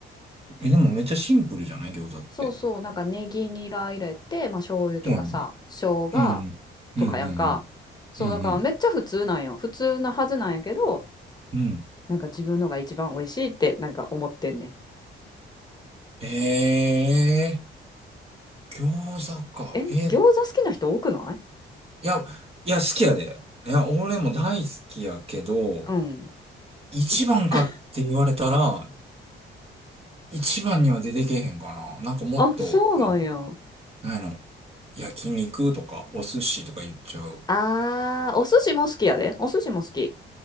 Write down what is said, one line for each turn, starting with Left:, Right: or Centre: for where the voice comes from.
Right: え、でもめっちゃシンプルじゃない餃子って。
Left: そうそう、なんかネギニラ入れて、まあ醤油とかさ、
Right: そうやんな
Left: 生姜
Right: うん。うんうんうん。
Left: とかやんか。そう、
Right: うんうん。
Left: だからめっちゃ普通なんよ。普通なはずなんやけど、
Right: うん。
Left: なんか自分のが一番美味しいってなんか思ってんねん。
Right: ええー、餃子か。
Left: え、
Right: えー、
Left: 餃子好きな人多くない
Right: いや、いや、好きやで。いや、俺も大好きやけど、
Left: うん。
Right: 一番かって言われたら、
Left: いうん
Right: 一番には出てけへんかな。なんかもっと、
Left: あ、そうなんや。
Right: うんなんやろ。焼肉とか、お寿司とか言っちゃう。
Left: あー、お寿司も好きやで。お寿司も好き。